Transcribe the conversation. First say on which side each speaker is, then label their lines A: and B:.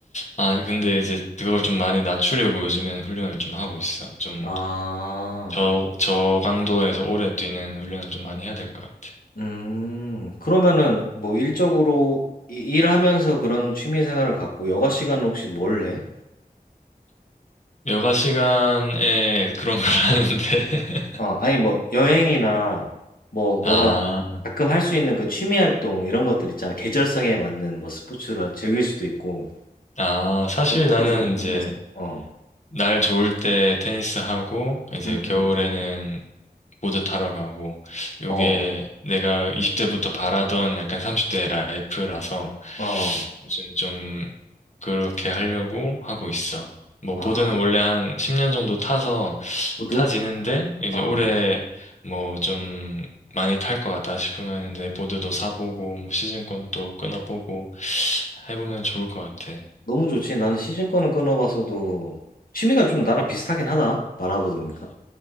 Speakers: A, on the left; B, on the left.
A: 아, 근데 이제 그걸 좀 많이 낮추려고 요즘엔 훈련을 좀 하고 있어. 좀
B: 아,
A: 저, 저강도에서 오래 뛰는 훈련을 좀 많이 해야 될 것 같아.
B: 음, 그러면은 뭐 일적으로 이- 일하면서 그런 취미 생활을 갖고 여가 시간은 혹시 뭘 해?
A: 여가 시간에 그런 걸 <laughs> 하는데 <laughs>
B: 어, 아니 뭐 여행이나 뭐
A: 아,
B: 너가 가끔 할 수 있는 그 취미 활동 이런 것들 있잖아. 계절성에 맞는 뭐 스포츠를 즐길 수도 있고
A: 아, 사실
B: 그런 것들이
A: 나는
B: 좀 궁금해서.
A: 이제
B: 어,
A: 날 좋을 때 테니스 하고, 이제
B: 음,
A: 겨울에는
B: 음,
A: 보드 타러 가고, 요게
B: 어,
A: 내가 20대부터 바라던 약간 30대 라이프라서
B: 어, 어.
A: 요즘 좀 그렇게 하려고 하고 있어. 뭐,
B: 아,
A: 보드는 원래 한 10년 정도 타서
B: 보드?
A: 타지는데, 이제
B: 어.
A: 올해 뭐 좀 많이 탈 것 같다 싶으면 내 보드도 사보고, 뭐 시즌권도 끊어보고 해보면 좋을 것 같아.
B: 너무 좋지. 나는 시즌 거는 끊어봤어도 취미가 좀 나랑 비슷하긴 하다. 말아보다 보니까.